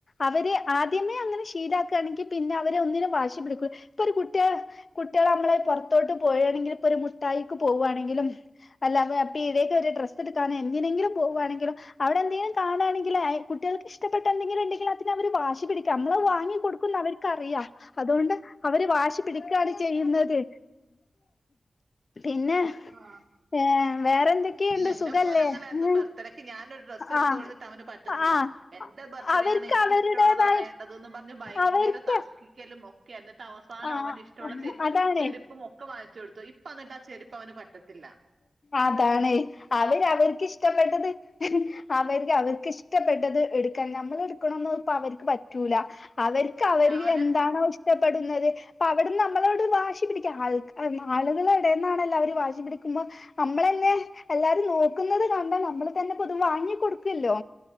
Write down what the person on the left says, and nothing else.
അവരെ ആദ്യമേ അങ്ങനെ ശീലാക്കണെങ്കിൽ പിന്നെ അവര് ഒന്നിനും വാശി പിടിക്ക ഇപോ കുട്ടി കുട്ടികൾ നമ്മളെ പുറത്തോട്ട് പോയാണെങ്കിൽ ഒരു മുട്ടായിക്ക് പോവാണെങ്കിലും അല്ലാതെ ആ പീടിയേകേറി ഡ്രസ് എടുക്കാനൊ എന്തിനെങ്കിലും പോവാണെങ്കിലും അവിടെ എന്തെങ്കില കാണാണെങ്കിൽ കുട്ടികൾക്ക് ഇഷ്ടപ്പെട്ട എന്തെങ്കിലും ഉണ്ടെങ്കിൽ അതിനവര് വാശി പിടിക്കാ നമ്മള് വാങ്ങി കൊടുക്കുന്ന്അവര് ക്കറിയ അതുകൊണ്ട് അവര് വാശി പിടിക്കാണ് ചെയ്യുന്നത്. പിന്നെ
ഏഹ് വേറെന്തൊക്കെയുണ്ട്
സുഖല്ലേ
ഉം
ആഹ്
ആഹ്
അവർക്ക്
അവരുടേതായ
അവർക്ക്
ആഹ്
അതാണ്
അതാ ണെയ് അവര് അവർക്ക് ഇഷ്ടപ്പെട്ടത് അവർ അവർക്ക് ഇഷ്ടപ്പെട്ടത് എടുക്കാൻ നമ്മൾ എടുക്കണംന്ന് ഇപ്പ അവർക്ക് പറ്റൂല അവർക്ക് അവർ
എന്താണോ ഇഷ് ഇഷ്ടപ്പെടുന്നത് അപ്പ അവിടുന്ന് നമ്മളോട് വാശി പിടിക്കുക ആ ആളുകൾ ഇടടെന്നാണെല്ലൊ അവരും വാശി പിടി ക്കുമ്പോ നമ്മളന്നെ എല്ലാരും നോക്കുന്നത് കണ്ടാ നമ്മള് തന്നെ പ്പൊ അത് വാങ്ങി കൊടുക്കല്ലോ